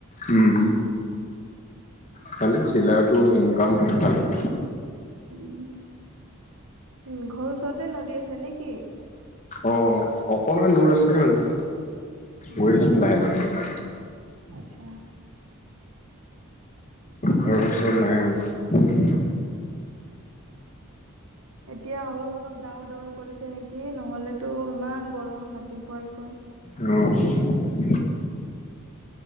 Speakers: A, on the left; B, on the right.
A: উম খালি চিলাইতো ইনকাম হয় ভালেই
B: উম উ ঘৰৰ ওচৰতে নদী আছে নে কি
A: অ অকমান দূৰ আছে মানে
B: আচ্ছা,
A: গৈ আছোঁ লাহে লাহে কে
B: আচ্ছা।
A: ঘৰৰ ওচৰত নাই আৰু
B: এতিয়া অলপ অলপ ডাৱৰ ডাৱৰ কৰিছে নেকি নহলেতো ইমান গৰম ৰাতি পুৱাই পুৱাই
A: অ